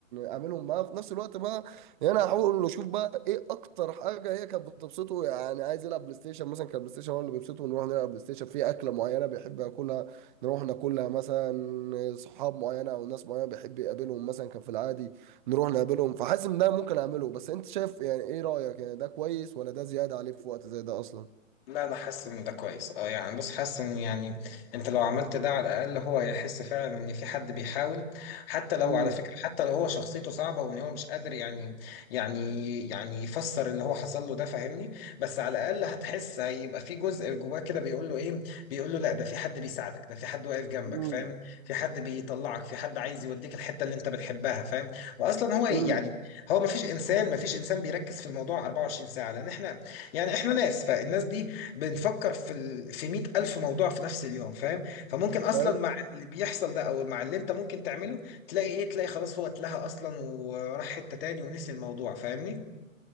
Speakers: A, on the right (about 35°); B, on the left (about 45°).
A: اعملهم معاه في نفس الوقت بقى يعني هحاول اقول له شوف بقى ايه اكتر حاجه هي كانت بتبسطه يعني عايز يلعب بلاي ستيشن مثلا كان بلاي ستيشن هو اللي بيبسطه نروح نلعب بلاي ستيشن في اكله معينه بيحب ياكلها نروح ناكلها مثلا صحاب معينه او ناس معينه بيحب يقابلهم مثلا كان في العادي نروح نقابلهم فحاسس ان ده ممكن اعمله بس انت شايف يعني ايه رايك يعني ده كويس ولا ده زياده عليه في وقت زي ده اصلا
B: لا انا حاسس ان ده كويس اه يعني بص حاسس ان يعني انت لو عملت ده على الاقل هو هيحس فعلا ان في حد بيحاول حتى لو
A: مم.
B: على فكره حتى لو هو شخصيته صعبه وان هو مش قادر يعني يعني يعني يفسر اللي هو حصل له ده فاهمني بس على الاقل هتحس هيبقى في جزء جواه كده بيقول له ايه بيقول له لا ده في حد بيساعدك ده في حد واقف جنبك
A: مم.
B: فاهم في حد بيطلعك في حد عايز يوديك الحته اللي انت بتحبها فاهم واصلا هو إيه،
A: مم.
B: يعني هو ما فيش انسان ما فيش انسان بيركز في الموضوع 24 ساعه لان احنا يعني احنا ناس فالناس دي بنفكر في ال... في 100000 موضوع في نفس اليوم فاهم فممكن اصلا
A: لا
B: مع اللي بيحصل ده او مع اللي انت ممكن تعمله تلاقي ايه تلاقي خلاص هو اتلهى اصلا وراح حتة تاني ونسي الموضوع فاهمني